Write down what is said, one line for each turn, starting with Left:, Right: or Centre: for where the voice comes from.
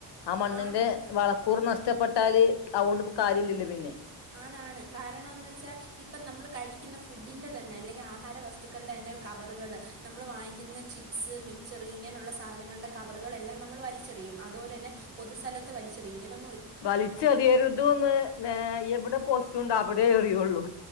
Left: ആ മണ്ണിന്റെ
Right: ആണ്.
Left: വളക്കൂർ നഷ്ടപ്പെ ട്ടാല് അതോണ്ട് ഇപ്പ കാര്യല്ലല്ലോ പിന്നെ
Right: അങ്ങനാണ് കാരണം എന്ന് വെച്ചാൽ ഇപ്പ നമ്മ കഴിക്കുന്ന ഫുഡിന്റെ തന്നെ അല്ലെങ്കിൽ ആഹാര വസ്തുക്കളുടെ തന്നെ കവറുകൾ നമ്മൾ വാങ്ങുന്ന ചിപ്സ്, മിച്ചർ ഇങ്ങനുള്ള സാധനങ്ങളുടെ കവറുകൾ എല്ലാം നമ്മൾ വലിച്ചെറിയും അത്പോലെ തന്നെ പൊതുസ്ഥലത്തു വലിച്ചെറിയും ഇങ്ങനൊ
Left: വലിച്ചു എറിയരുതുന്നു ഏഹ് എവിടെ പോസ്റ്ററുണ്ടോ അവിടേ എറിയുള്ളൂ.